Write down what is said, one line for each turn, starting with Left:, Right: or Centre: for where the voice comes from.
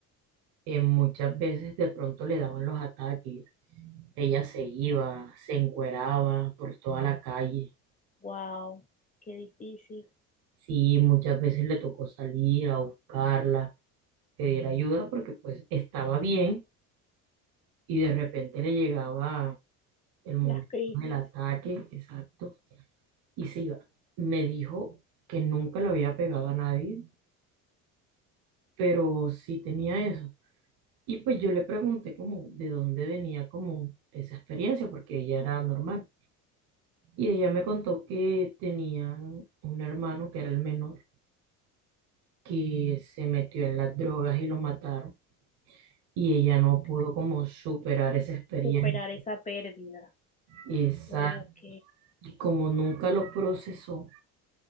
Right: eh, muchas veces de pronto le daban los ataques. Ella se iba, se encueraba por toda la calle
Left: wow, qué difícil.
Right: Sí, muchas veces le tocó salir a buscarla, pedir ayuda porque pues estaba bien y de repente le llegaba el momento
Left: Las crisis,
Right: del ataque, exacto, y se iba. Me dijo que nunca le había pegado a nadie, pero sí tenía eso. Y pues yo le pregunté como de dónde venía como esa experiencia porque ella era normal. Y ella me contó que tenían un hermano que era el menor, que se metió en las drogas y lo mataron y ella no pudo
Left: sí,
Right: como superar esa experiencia.
Left: superar esa pérdida.
Right: Esa,
Left: Ok,
Right: y como nunca lo procesó,